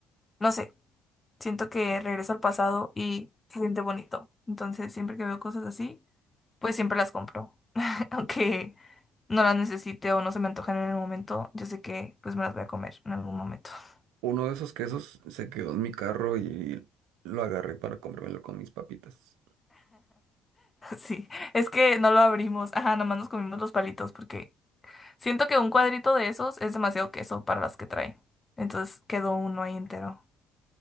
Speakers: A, on the left; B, on the right.
A: no sé. siento que regreso al pasado y se siente bonito. Entonces, siempre que veo cosas así, pues siempre las compro. <laughs> Aunque no las necesite o no se me antojen en el momento, yo sé que pues me las voy a comer en algún momento. <laughs>
B: Uno de esos quesos se quedó en mi carro y lo agarré para comérmelo con mis papitas.
A: Sí, es que no lo abrimos. Ajá, nomás nos comimos los palitos porque siento que un cuadrito de esos es demasiado queso para las que trae. Entonces quedó uno ahí entero.